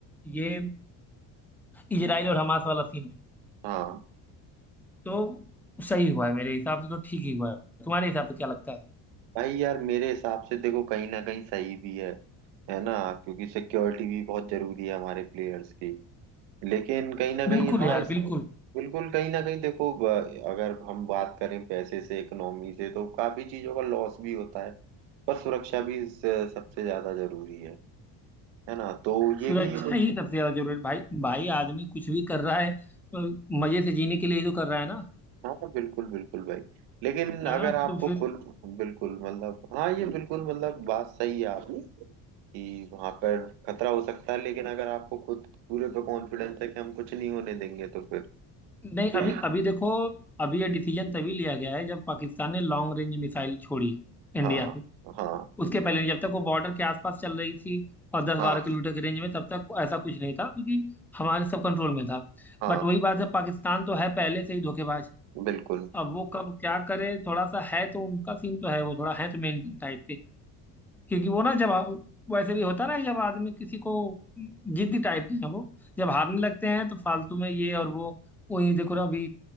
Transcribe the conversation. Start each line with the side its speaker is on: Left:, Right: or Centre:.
Centre: ये इजराइल और हमास वाला सीन हो
Right: हाँ
Centre: तो सही हुआ है मेरे हिसाब से तो ठीक ही हुआ है तुम्हारे हिसाब से क्या लगता है
Right: भाई यार मेरे हिसाब से देखो कहीं ना कहीं सही भी है है ना क्योंकि सिक्योरिटी भी बहुत जरूरी है हमारे प्लेयर्स की लेकिन कहीं ना कहीं
Centre: बिल्कुल
Right: हाँ
Centre: यार
Right: हाँ इस
Centre: बिल्कुल
Right: बिल्कुल कहीं ना कहीं देखो ब- अगर हम बात करें पैसे से इकोनॉमी से तो काफी चीजों का लॉस भी होता है पर सुरक्षा भी इस सबसे ज्यादा जरूरी है है ना तो ये
Centre: सुरक्षा
Right: भी हाँ
Centre: ही सबसे ज्यादा जरूरी है भाई भाई आदमी कुछ भी कर रहा है अ, मजे से जीने के लिए ही तो कर रहा है ना
Right: हाँ बिल्कुल बिल्कुल भाई लेकिन अगर
Centre: है ना
Right: आपको
Centre: तो फिर
Right: खुद बिल्कुल मतलब हाँ ये बिल्कुल मतलब बात सही है आपकी कि वहां पर खतरा हो सकता है लेकिन अगर आपको खुद पूरे पे कॉन्फिडेंस है कि हम कुछ नहीं होने देंगे तो फिर
Centre: नहीं
Right: कोई
Centre: अभी अभी देखो अभी ये डिसीजन तभी लिया गया है जब पाकिस्तान ने लॉन्ग रेंज मिसाइल छोड़ी है
Right: हाँ
Centre: इंडिया पे
Right: हाँ
Centre: उसके पहले जब तक वो बॉर्डर के आसपास चल रही थी और दस
Right: हाँ
Centre: बारह किलोमीटर की रेंज में तब तक ऐसा कुछ नहीं था क्योंकि हमारे सब कंट्रोल में था
Right: हाँ
Centre: बट वही बात है पाकिस्तान तो है पहले से ही धोखेबाज
Right: बिल्कुल
Centre: अब वो कब क्या करे थोड़ा सा है तो उनका सीन तो है वो थोड़ा है तो मेंटल टाइप के। क्योंकि वो ना जब आ- वैसे भी होता ना जब आदमी किसी को जिद्दी टाइप के हैं वो जब हारने लगते हैं तो फालतू में ये और वो वही देखो ना अभी